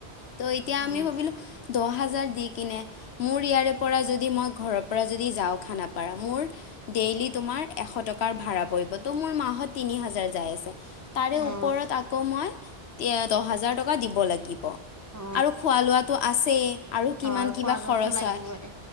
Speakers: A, on the left; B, on the right.
A: ত' এতিয়া
B: অ
A: আমি ভাবিলোঁ দহ হাজাৰ দি কিনে মোৰ ইয়াৰে পৰা যদি মই ঘৰৰ পৰা যদি যাওঁ খানাপাৰা মোৰ ডেইলি তোমাৰ এশ টকাৰ ভাড়া পৰিব ত' মোৰ মাহত তিনি হাজাৰ যাই আছে তাৰে ওপৰত
B: অ
A: আকৌ মই এ দহ হাজাৰ টকা দিব লাগিব।
B: অ
A: আৰু খোৱা লোৱাতো আছেই আৰু কিমান
B: হয় খোৱা
A: কিবা খৰচ
B: লোৱাটো লাগিবই
A: হয়